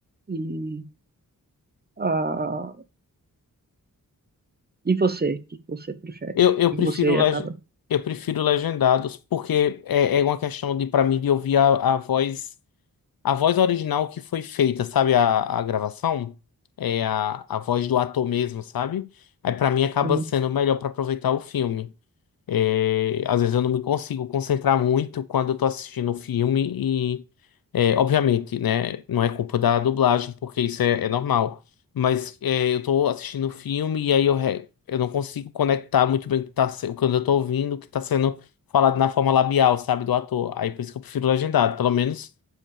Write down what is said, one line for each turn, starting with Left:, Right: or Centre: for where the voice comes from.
Right: e Ah, e você, o que que você prefere?
Left: Eu,
Right: O
Left: eu
Right: que
Left: prefiro
Right: que você
Left: leg...
Right: acaba?
Left: eu prefiro legendados, porque é, é uma questão de, para mim, de ouvir a, a voz. A voz original que foi feita, sabe? A, a gravação é a, a voz do ator mesmo, sabe? Aí pra mim acaba
Right: Hum,
Left: sendo melhor pra aproveitar o filme. É, às vezes eu não me consigo concentrar muito quando eu tô assistindo o filme e, é, obviamente, né? Não é culpa da dublagem, porque isso é, é normal. Mas é, eu tô assistindo o filme e aí eu, re- eu não consigo conectar muito bem o que, tá, se- o que eu tô ouvindo, o que tá sendo falado na forma labial, sabe? Do ator. Aí por isso que eu prefiro legendado, pelo menos.